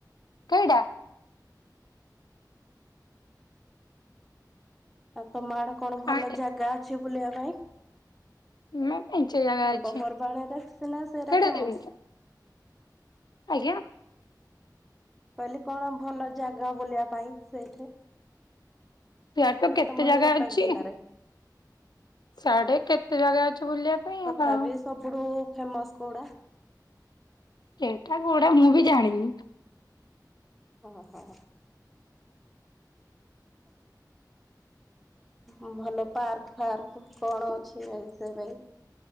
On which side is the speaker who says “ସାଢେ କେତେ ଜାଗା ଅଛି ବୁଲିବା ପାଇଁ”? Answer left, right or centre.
Left